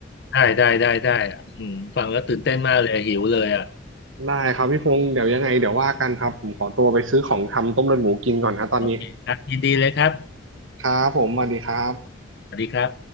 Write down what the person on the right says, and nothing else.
<coughs> ได้ครับพี่พงศ์เดี๋ยวยังไงเดี๋ยวว่ากันครับผมขอตัวไปซื้อของทำต้มเลือดหมูกินก่อนครับตอนนี้
ครับผมสวัสดีครับ